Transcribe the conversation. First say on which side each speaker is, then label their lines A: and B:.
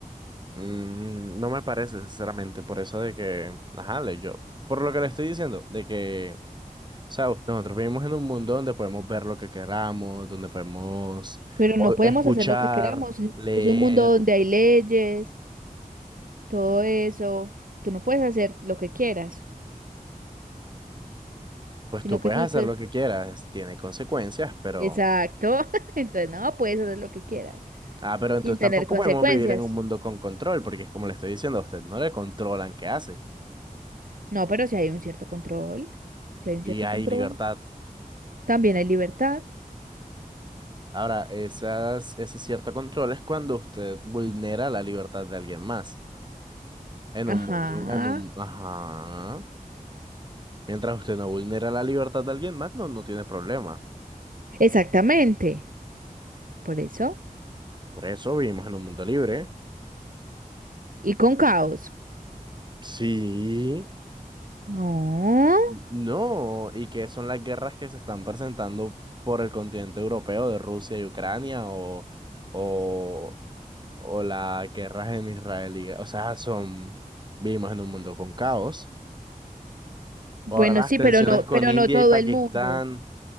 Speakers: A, on the right; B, on the right.
A: mm, no me parece, sinceramente, por eso de que, ajá, le- yo. Por lo que le estoy diciendo, de que sea, nosotros vivimos en un mundo donde podemos ver lo que queramos, donde podemos
B: pero
A: o-
B: no podemos
A: escuchar,
B: hacer lo que queramos. Es,
A: leer,
B: es un mundo donde hay leyes, todo eso. Tú no puedes hacer lo que quieras,
A: pues
B: sino
A: tú puedes
B: que tú...
A: hacer
B: te-
A: lo que quieras, tiene consecuencias, pero...
B: Exacto. <laughs> Entonces, no, puedes hacer lo que quieras
A: Ah, pero
B: sin
A: entonces tampoco
B: tener consecuencias.
A: podemos vivir en un mundo con control, porque es como le estoy diciendo a usted, no le controlan qué hace
B: No, pero si hay un cierto control, si hay un
A: y
B: cierto
A: hay
B: control,
A: libertad.
B: también hay libertad.
A: Ahora, esas, ese cierto control es cuando usted vulnera la libertad de alguien más. En un
B: Ajá,
A: mundo, en un, ajá. Mientras usted no vulnera la libertad de alguien más, no, no tiene problema.
B: exactamente, por eso.
A: Por eso vivimos en un mundo libre.
B: Y con caos.
A: Sí,
B: No.
A: no, y que son las guerras que se están presentando por el continente europeo de Rusia y Ucrania o, o, o las guerras en Israel. y- o sea, son, vivimos en un mundo con caos.
B: Bueno,
A: Ahora las
B: sí,
A: tensiones
B: pero no,
A: con
B: pero
A: India
B: no todo
A: y Pakistán.
B: el mundo.